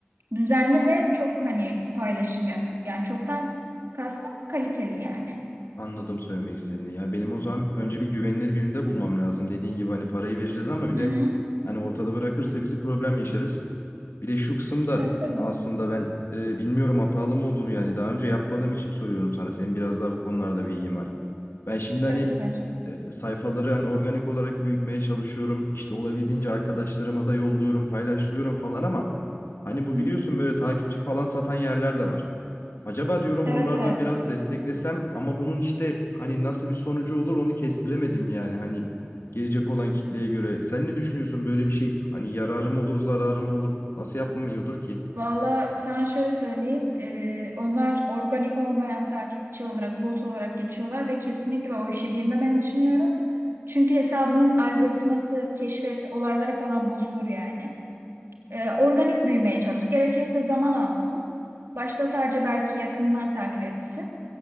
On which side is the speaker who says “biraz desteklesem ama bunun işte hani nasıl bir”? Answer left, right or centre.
Left